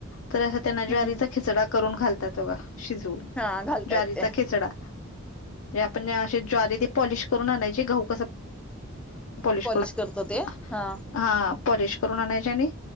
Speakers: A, on the left; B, in the centre.
A: तर त्यांना
B: हम्म
A: ज्वारीचा खिचडां करून घालतात बघा. शिजवून,
B: हा घालतायत
A: ज्वारीचा
B: ते
A: खिचडा. आपण अशी ज्वारी ती पॉलिश करून आणायची. गहु कसं पालीश
B: पॉलिश
A: करून
B: करतो ते
A: <unintelligible>
B: हा
A: हां. पालीश करून आणायचं, आणि